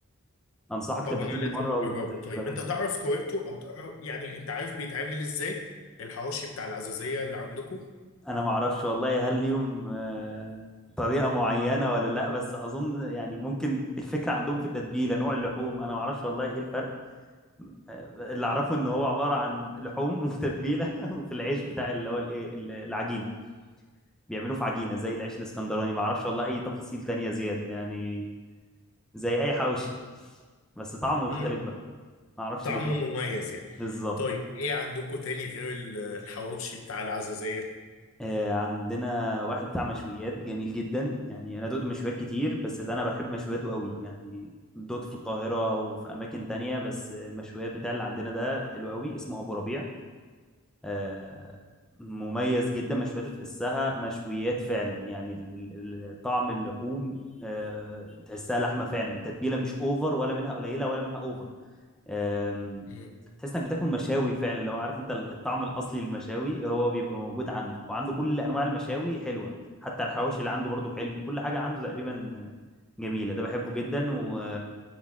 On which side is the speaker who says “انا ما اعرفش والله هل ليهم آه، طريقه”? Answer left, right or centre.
Centre